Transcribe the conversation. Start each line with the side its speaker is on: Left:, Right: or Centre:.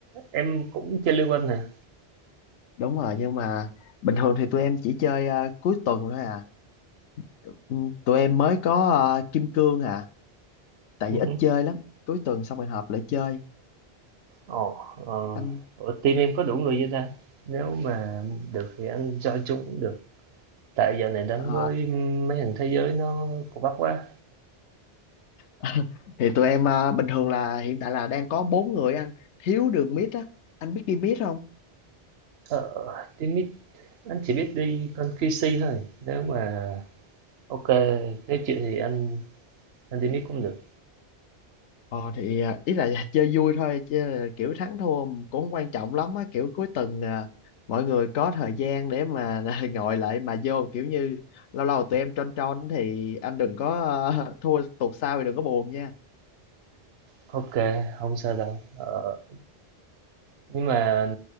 Right: em cũng chơi Liên Quân hả?
Left: đúng rồi nhưng mà bình thường thì tụi em chỉ chơi à, cuối tuần thôi à Ừ, tụi em mới có à, Kim Cương à tại
Right: Ừ
Left: vì ít
Right: hứ.
Left: chơi lắm cuối tuần xong rồi họp lại chơi
Right: Ồ, ờ,
Left: anh
Right: ở team em có đủ người chưa ta? Nếu mà được thì anh join chung cũng được. Tại giờ này đánh
Left: ờ,
Right: với mấy thằng thế giới nó cũng bắp quá.
Left: <laughs> thì tụi em à, bình thường là hiện tại là đang có bốn người anh thiếu đường mid á anh biết đi mid không
Right: Ờ, team mid anh chỉ biết đi con QC thôi. Nếu mà ok, nếu chịu thì anh anh team mid cũng được.
Left: Ờ thì à, ý là chơi vui thôi chứ là kiểu thắng thua cũng không quan trọng lắm á kiểu cuối tuần à, mọi người có thời gian để mà <laughs> ngồi lại mà vô kiểu như lâu lâu tụi em tron tron thì anh đừng có à, <laughs> thua tuột sau thì đừng có buồn nha
Right: Ok, không sao đâu. Ờ, Nhưng mà